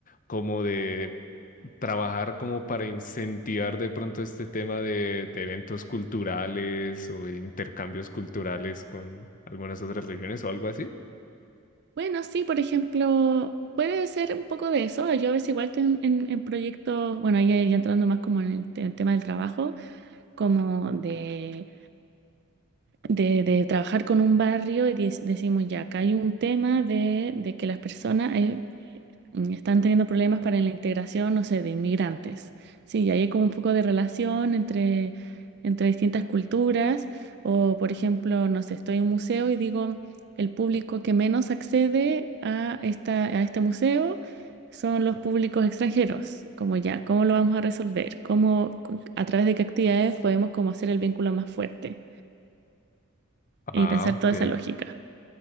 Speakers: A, on the left; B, on the right.
A: como de trabajar como para incentivar de pronto este tema de, de eventos culturales o de intercambios culturales con algunas otras regiones o algo así.
B: Bueno, sí, por ejemplo, puede ser un poco de eso. Yo a veces igual estoy en, en- en proyectos, bueno, ahí ya, ya entrando más como en el, te- el tema del trabajo, como de, de- de trabajar con un barrio y dec- decimos ya, acá hay un tema de, de que las personas, eh, mm, están teniendo problemas para la integración, no sé, de inmigrantes. Sí, y ahí hay como un poco de relación entre, entre distintas culturas. O, por ejemplo, no sé, estoy en un museo y digo, el público que menos accede a esta, a este museo son los públicos extranjeros. Como ya, ¿cómo lo vamos a resolver? ¿Cómo, cu- a través de qué actividades podemos como hacer el vínculo más fuerte?
A: Ah,
B: Y pensar
A: ok.
B: toda esa lógica.